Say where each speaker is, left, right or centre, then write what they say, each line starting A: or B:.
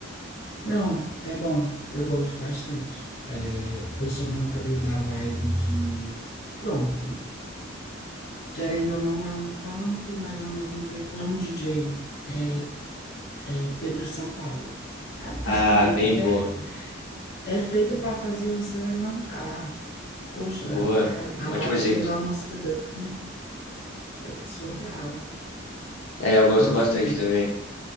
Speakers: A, on the left; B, on the left.
A: Não, é bom, eu gosto bastante. É, eu sou muito ali da vibe de. Pronto, querendo ou não, é um funk, mas ao mesmo tempo é um DJ. É, é Pedro Sampaio. A música
B: Ah,
A: deles
B: bem
A: é,
B: boa.
A: é feita para fazer você levantar. Poxa,
B: Boa,
A: a,
B: um
A: a batida
B: ótimo exemplo.
A: da música dele, né? É surreal.
B: É, eu gosto
A: Gosto
B: bastante
A: muito.
B: também.